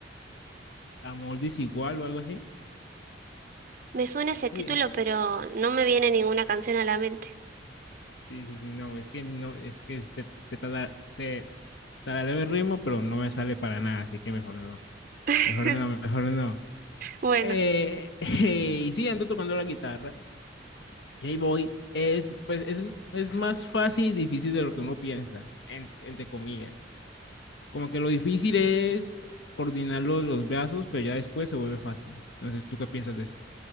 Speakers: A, on the left (about 65°); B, on the right (about 45°).
A: Amor Desigual o algo así.
B: me suena ese título,
A: Sí,
B: pero no me viene ninguna canción a la mente.
A: Sí, sí, sí, no, es que no, es que te, te, tala- te tarareo el ritmo, pero no me sale para nada, así que mejor no,
B: <laughs>
A: mejor no, mejor no.
B: Bueno,
A: Eh, <laughs> y sí, ando tocando la guitarra, y ahí voy. Es, pues, es, es más fácil y difícil de lo que uno piensa, en- entre comillas. Como que lo difícil es coordinar los, los brazos, pero ya después se vuelve fácil. No sé, ¿tú qué piensas de eso?